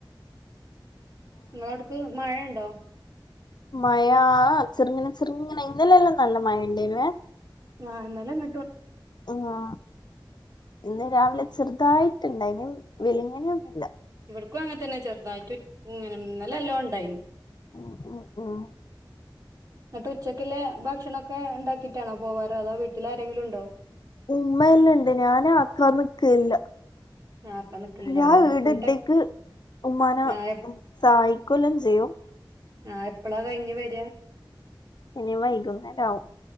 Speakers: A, on the right; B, on the left.
A: ങ്ങളട്ക്ക് മഴണ്ടോ?
B: മഴാ ചെർങ്ങനെ ചെർങ്ങനെ ഇന്നലെല്ലാം നല്ല മഴണ്ടായിന്നുവേ.
A: ആ ഇന്നെല്ലങ്‌
B: ആ ഇന്ന് രാവിലെ ചെർതായിട്ട്ണ്ടായി വെലിങ്ങനെയൊന്നുല്ല
A: ക്കു അങ്ങ തന്നെ ചെർ തായിട്ടുങ്ങനെ ഇന്നലല്ലോണ്ടായിനി.
B: ഉ ഉ ഉം
A: ന്ന്ട്ട് ഉച്ചക്ക്ല്ലെ ഭക്ഷണൊക്കെ ണ്ടാക്കിട്ടാണോ പോവാറ് അതോ വീട്ടിലാരെങ്കിലുണ്ടോ
B: ഉമ്മ എല്ലാം ഇണ്ട് ഞാന് ആക്കാൻ നിക്കല്ല
A: ആ ആക്കാൻ നിക്കലുണ്ടാവൂലല്ലേ
B: ഞാൻ വീട്
A: എന്നിട്ട്
B: ടിക്ക് ഉമ്മാന
A: ആ
B: സായിക്കൊല്ലം ചെയ്യും
A: ആഹ് എപ്പെളാ കഴിഞ്ഞ് വെരാ?
B: ഇനി വൈകുന്നേര ആവും-